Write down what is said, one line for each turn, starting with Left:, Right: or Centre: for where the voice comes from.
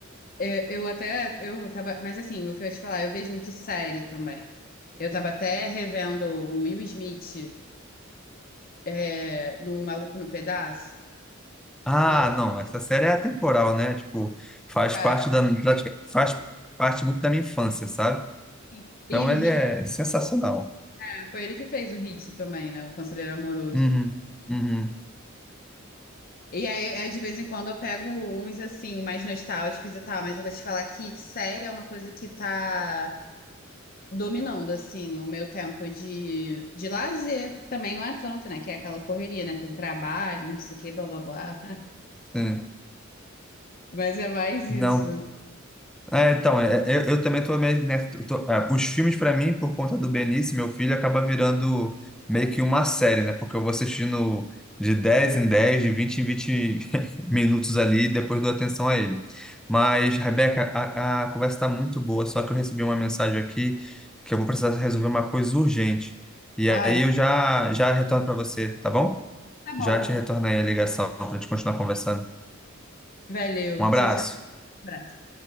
Left: Eu, eu até, eu tava, mas assim, o que eu ia te falar, eu vejo muito série também. Eu tava até revendo o Will Smith é, num Maluco no Pedaço.
Centre: Ah,
Left: É,
Centre: não, essa série é atemporal, né? Tipo, faz
Left: ah,
Centre: parte da, pratica- faz parte muito da minha infância, sabe?
Left: sim.
Centre: Então
Left: e o
Centre: ele
Left: Hit,
Centre: é sensacional.
Left: né? foi ele que fez o Hit também, né? O Conselheiro Amoroso.
Centre: Uhum, uhum,
Left: E aí, é, de vez em quando, eu pego uns, assim, mais nostálgicos e tal, mas eu vou te falar que série é uma coisa que tá dominando, assim, o meu tempo de, de lazer, que também não é tanto, né? Que é aquela correria, né? Tem trabalho, não sei o quê, blá, blá, blá.
Centre: sim.
Left: Mas é mais isso.
Centre: Não, É, então, é, é, eu, eu também tô meio, né, tô- tô- é, os filmes para mim, por conta do Benício, meu filho, acaba virando meio que uma série, né? Porque eu vou assistindo de 10 em 10, de 20 em 20 <laughs> minutos ali, e depois dou atenção a ele. Mas, Rebeca, a, a conversa está muito boa, só que eu recebi uma mensagem aqui que eu vou precisar resolver uma coisa urgente. E
Left: Ai,
Centre: aí eu já, já retorno para você, tá bom?
Left: tá bom.
Centre: Já te retorno aí a ligação para a gente continuar conversando.
Left: Valeu.
Centre: Um abraço.
Left: Tchau, tchau. Um Abraço.